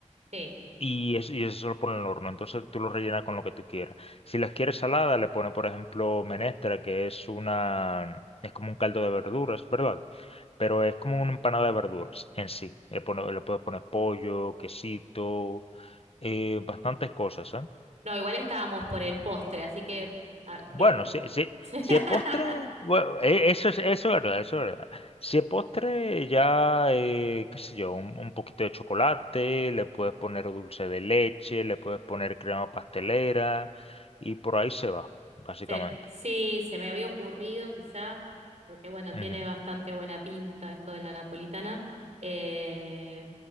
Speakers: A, on the right; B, on the left.
A: sí.
B: y eso, y eso lo pone en el horno. Entonces tú lo rellenas con lo que tú quieras. Si las quieres salada, le pones, por ejemplo, menestra, que es una, es como un caldo de verduras, ¿verdad? Pero es como una empanada de verduras en sí. Le pone- le puedes poner pollo, quesito, eh, bastantes cosas, ¿eh?
A: No, igual estábamos por el postre, así que, ah,
B: Bueno,
A: que...
B: si, si,
A: <laughs>
B: si es postre, bueno, e- eso es, eso es verdad, eso es verdad. Si es postre, ya, eh, qué sé yo, un, un poquito de chocolate, le puedes poner dulce de leche, le puedes poner crema pastelera y por ahí se va, básicamente.
A: Se- sí, se me había ocurrido quizá, porque bueno, tiene
B: Ujú,
A: bastante buena pinta esto de la napolitana. Eh,